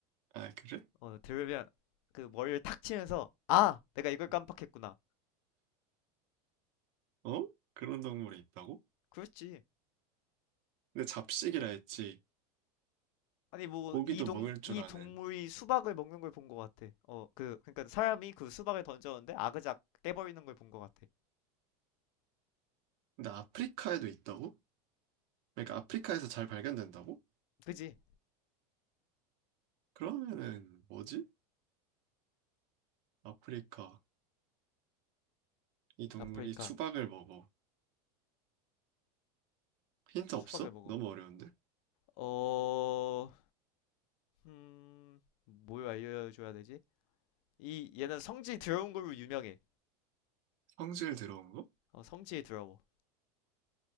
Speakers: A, on the right; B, on the left.
A: 아, 그래?
B: 어, 들으면, 그 머리를 탁 치면서, 아! 내가 이걸 깜빡했구나.
A: 음. 어? 그런 동물이 있다고?
B: 그렇지.
A: 근데 잡식이라 했지.
B: 아니, 뭐,
A: 고기도
B: 이 동,
A: 먹을 줄
B: 이
A: 아는.
B: 동물이 수박을 먹는 걸 본 것 같아. 어, 그, 그러니까 사람이 그 수박을 던졌는데, 아그작 깨버리는 걸 본 것 같아.
A: 근데 아프리카에도 있다고? 그러니까 아프리카에서 잘 발견된다고?
B: 그지?
A: 그러면은 뭐지? 아프리카. 이 동물이
B: 아프리카,
A: 수박을 먹어. 힌트
B: 수박을
A: 없어?
B: 먹어.
A: 너무 어려운데?
B: 어, 음, 뭘 알려줘야 되지? 이 얘는 성지 더러운 걸로 유명해.
A: 성질 들어온 거?
B: 어, 성지 더러워.